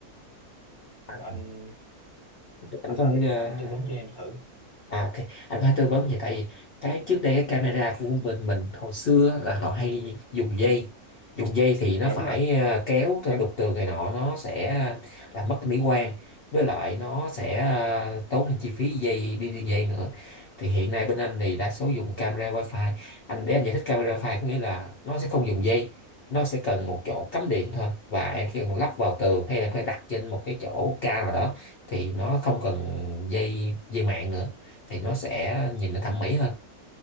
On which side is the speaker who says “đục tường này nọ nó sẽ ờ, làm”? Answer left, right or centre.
Left